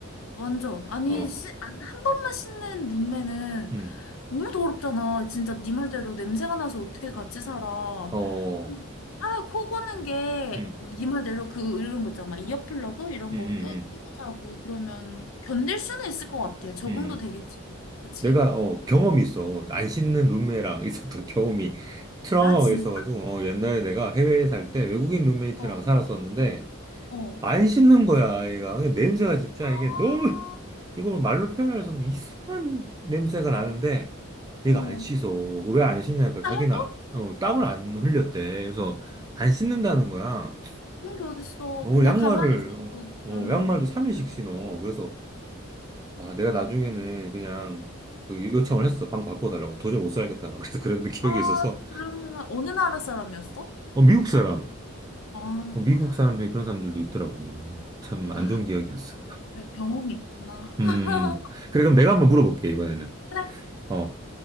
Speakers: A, on the left; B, on the right.
A: 완전. 아니,
B: 어.
A: 씻- 안- 한 번만 씻는 룸메는
B: 음,
A: 너무 더럽잖아. 진짜 네 말대로 냄새가 나서 어떻게 같이 살아.
B: 어,
A: 그리고 차라리 코 고는 게,
B: 음,
A: 네 말대로 그, 이런 거 있잖아. 막 이어플러그? 이런
B: 음,
A: 거
B: 음,
A: 껴, 끼고 자고 그러면 견딜 수는 있을 것 같아. 적응도
B: 음, 음.
A: 되겠지. 그치?
B: 내가 어 경험이 있어. 안 씻는 룸메랑 <laughs> 있었던 경험이 트라우마가
A: 아, 진짜?
B: 있어가지고 어 옛날에 내가 해외에 살 때 외국인 룸메이트랑
A: 어,
B: 살았었는데
A: 어.
B: 안 씻는 거야 얘가 근데 냄새가 진짜
A: 아,
B: 이게 너무 <laughs> 이거 말로 표현할 수 없는 이상한 냄새가 나는데
A: 어.
B: 얘가 안 씻어. 왜 안 씻냐니까
A: 진짜
B: 자기는
A: 해도?
B: 어, 땀을 안 흘렸대. 그래서 안 씻는다는 거야.
A: 그런 게 어딨어.
B: 어,
A: 그냥
B: 양말을
A: 가만히 있어도
B: 어,
A: 되는
B: 양말도
A: 건데.
B: 3일씩 신어. 그래서 아, 내가 나중에는 그냥 그 요청을 했어. 방 바꿔달라고. 도저히 못 살겠다. 막 그래서 그런 <laughs> 기억이
A: 아,
B: 있어서.
A: 그러면 어느 나라 사람이었어?
B: 어, 미국 사람.
A: 아,
B: 어, 미국 사람들이 그런 사람들도 있더라고. 참
A: 아,
B: 안 좋은 기억이었어.
A: 그래, 경험이 있구나.
B: 음.
A: <laughs>
B: 그래, 그럼 내가 한번 물어볼게, 이번에는.
A: 그래?
B: 어.